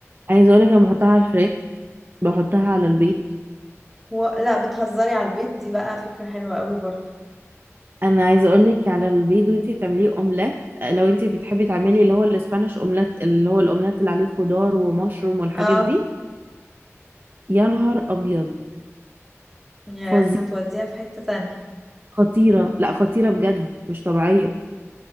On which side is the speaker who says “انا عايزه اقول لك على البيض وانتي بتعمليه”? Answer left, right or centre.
Right